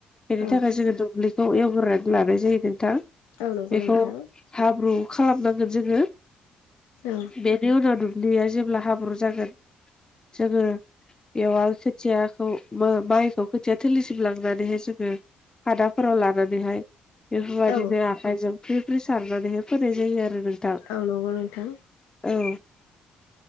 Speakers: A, on the left; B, on the left.
A: बेनि
B: औ
A: थाखाय जोङो दुब्लिखौ एवग्रोनानै लानाय जायो। नोंथां
B: औ नंगौ
A: बेखौ
B: नोंथां
A: हाब्रु खालामनांगोन जोङो
B: औ
A: बेनि उनाव दुब्लिया जेब्ला हाब्रु जागोन जोङो बेवा खोथियाखौ माइखौ खोथिया थलिसिम लांनानैहाय जोङो हादाफोराव लानानैहाय बेफोरबाय
B: औ
A: आखायजों फ्रि फ्रि सारनानैहाय फोनाय जायो आरो नोंथां।
B: औ नंगौ नोंथां
A: औ।